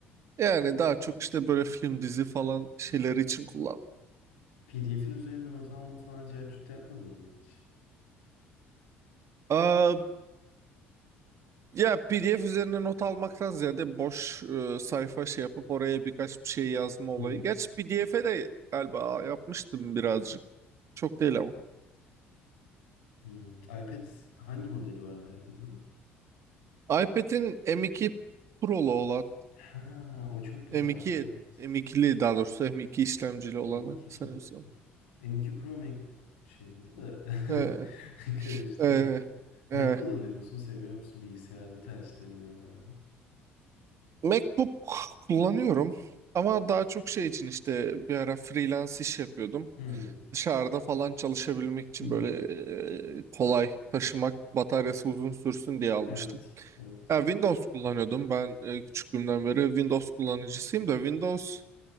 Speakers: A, on the right; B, on the left.
A: Yani daha çok işte böyle film dizi falan şeyleri için kullandım.
B: PDF'in üzerine not alma falan cahçut yapmadın mı hiç?
A: Aa, ya PDF üzerine not almaktan ziyade boş e, sayfa şey yapıp oraya birkaç bir şey yazma olayı.
B: <laughs>
A: Gerçi PDF'e de galiba yapmıştım birazcık. Çok değil ama.
B: Hmm, iPad hangi modeli vardı iPad'ın?
A: iPad'in M2 Pro'lu olan
B: Ha, o çok güzel
A: e, M2
B: evet.
A: M2'li daha doğrusu M2 işlemcili olanı
B: M2 işlemcili.
A: sanıyorsam.
B: M2 Pro MacBook şeyinde de
A: E,
B: <laughs> karıştı.
A: e,
B: Mac
A: e.
B: kullanıyor musun? Seviyor musun? Bilgisayarda tercihlerin neler? abi?
A: MacBook kullanıyorum. Ama daha çok şey için işte bir ara freelance iş yapıyordum.
B: Hmm.
A: dışarıda falan çalışabilmek için
B: Hı hı.
A: böyle e, kolay taşımak, bataryası uzun sürsün diye almıştım.
B: Evet. Evet.
A: Ya Windows kullanıyordum. Ben e, küçüklüğümden beri Windows kullanıcısıyım da Windows